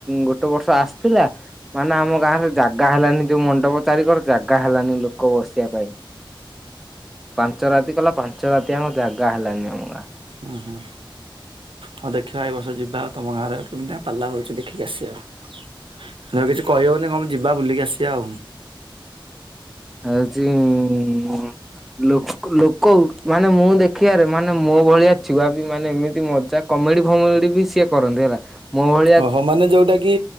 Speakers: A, in the centre; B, on the right.
A: ଗୋଟେ ବର୍ଷ ଆସିଥିଲା ମାନେ ଆମ ଗାଁ ରେ ଜାଗା ଜାଗା ହେଲାନି ଯୋଉ ମଣ୍ଡପ ଚାରିିକର ଜାଗା ହେଲାନି ଲୋକ ବସିବା ପାଇଁ ପାଞ୍ଚ ରାତି କଲା ପାଞ୍ଚ ରାତି ଆମ ଜାଗା ହେଲାନି ଅମଗା
B: ହୁଁ ହୁ। ହଁ ଦେଖିବା ଏ ବର୍ଷ ଯିବା ଆଉ ତମ ଗାଁରେ କେମିତି ପାଲା ହଉଛି ଦେଖିକି ଆସିବା। କିଛି କହିହବନି କଣ ଯିବା ବୁଲିକି ଆସିବା ଆଉ।
A: ହଉଛି ଇଁ ଲୋକ ଲୋକ ମାନେ ମୁଁ ଦେଖିବାରେ ମାନେ ମୋ ଭଳିଆ ଛୁଆ ବି ମାନେ ଏମିତି ମଜା କ କମେଡି଼ ଫମେଡ଼ି ବି ସିଏ କରନ୍ତି ହେଲା। ମୋ ଭଳିଆ
B: ଓହୋ ମାନେ ଯୋଉଁଟା କି